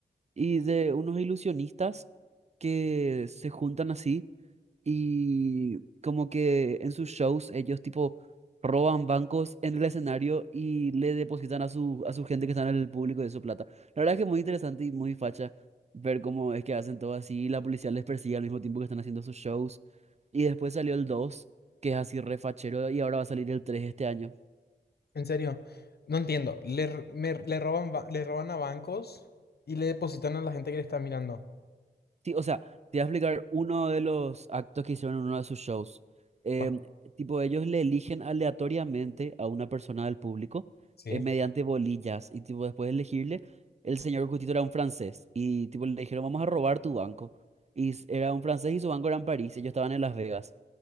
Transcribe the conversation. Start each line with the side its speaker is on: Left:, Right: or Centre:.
Right: Y de unos ilusionistas que se juntan así y como que en sus shows ellos tipo roban bancos en el escenario y le depositan a su, a su gente que está en el público de su plata. La verdad es que es muy interesante y muy facha ver cómo es que hacen todo así. y La policía les persigue al mismo tiempo que están haciendo sus shows. Y después salió el dos que es así refachero, y ahora va a salir el 3 este año.
Left: En serio, no entiendo. Le, r- me- le roban, ba- le roban a bancos y le depositan a la gente que le está mirando.
Right: Sí, o sea, te voy a explicar uno de los actos que hicieron en uno de sus shows. Em,
Left: Guau.
Right: tipo, ellos le eligen aleatoriamente a una persona del público
Left: Sí.
Right: eh, mediante bolillas y tipo, después de elegirle, el señor Cutito era un francés y tipo, le dijeron, vamos a robar tu banco. Y s- era un francés y su banco era en París, ellos estaban en Las Vegas.